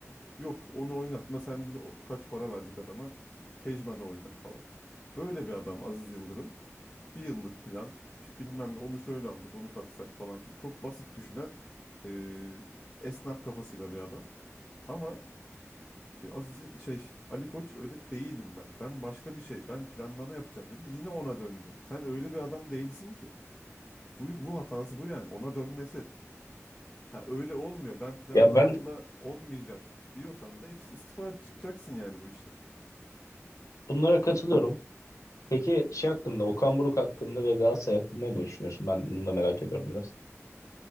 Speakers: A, on the left; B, on the left.
A: Yok onu oynatma sen biz o- kaç para verdik adama. Kejman'ı oynat falan. Böyle bir adam Aziz Yıldırım. Bir yıllık plan. İşte bilmem ne onu şöyle aldık onu satsak falan filan. Çok basit düşünen e, esnaf kafasıyla bir adam. Ama e, Aziz Yıl- şey Ali Koç öyle değilim ben. Ben başka bir şey. Ben planlama yapacağım dedi. Yine ona döndü. Sen öyle bir adam değilsin ki. Bu bu hatası bu yani. Ona dönmesi. Ha öyle olmuyor. Ben planlamamla
B: Ya ben
A: olmayacak diyorsan da if- istifa et, çıkacaksın yani bu işte.
B: bunlara katılıyorum. Peki şey hakkında, Okan Buruk hakkında ve Galatasaray hakkında ne düşünüyorsun? Ben bunu da merak ediyorum biraz.